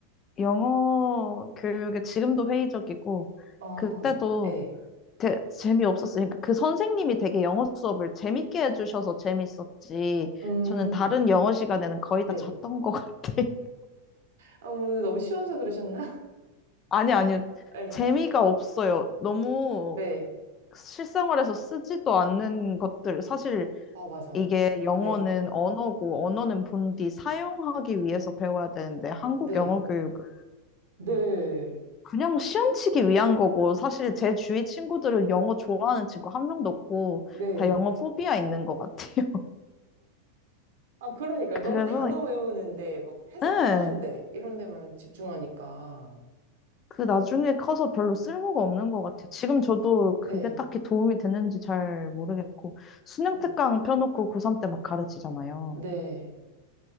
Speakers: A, on the left; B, on the right.
A: 영어 교육에 지금도 회의적이고
B: 어.
A: 그때도
B: 네.
A: 되- 재미없었어요. 그러니까 그 선생님이 되게 영어 수업을 재밌게 해주셔서 재밌었지.
B: 음.
A: 저는 다른 영어 시간에는 거의
B: 네.
A: 다 잤던 것 같아요.
B: 아, 뭐 너무 쉬워서 그러셨나?
A: 아니, 아니요.
B: <laughs> 네.
A: 재미가 없어요. 너무
B: 네.
A: 실생활에서 쓰지도 않는 것들. 사실
B: 아, 맞아.
A: 이게 영어는
B: 네.
A: 언어고, 언어는 본디 사용하기 위해서 배워야 되는데, 한국
B: 네.
A: 영어 교육은
B: 네,
A: 그냥 시험치기 위한 거고, 사실 제 주위 친구들은 영어 좋아하는 친구 한 명도 없고,
B: 네.
A: 다 영어 포비아 있는 것 같아요.
B: 아, 그러니까
A: <laughs>
B: 너무
A: 그래서,
B: 단어 외우는데, 막 해석하는데,
A: 예.
B: 이런 데만 집중하니까.
A: 그 나중에 커서 별로 쓸모가 없는 것 같아요. 지금 저도
B: 네,
A: 그게 딱히 도움이 되는지 잘 모르겠고, 수능
B: 어,
A: 특강 펴놓고 고3 때 막 가르치잖아요.
B: 네.